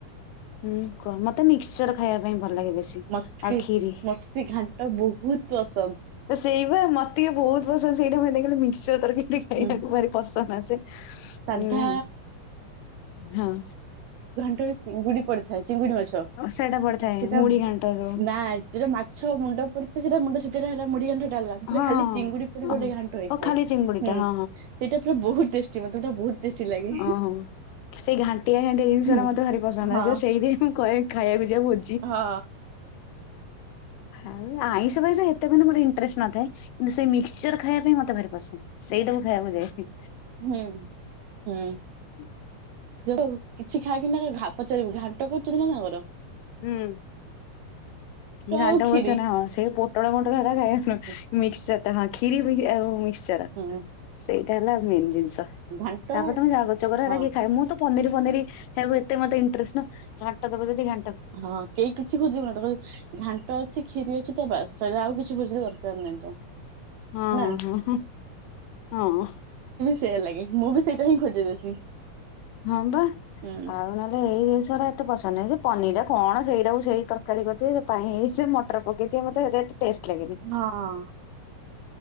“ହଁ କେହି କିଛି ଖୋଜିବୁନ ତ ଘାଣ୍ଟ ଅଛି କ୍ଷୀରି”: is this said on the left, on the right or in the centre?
Right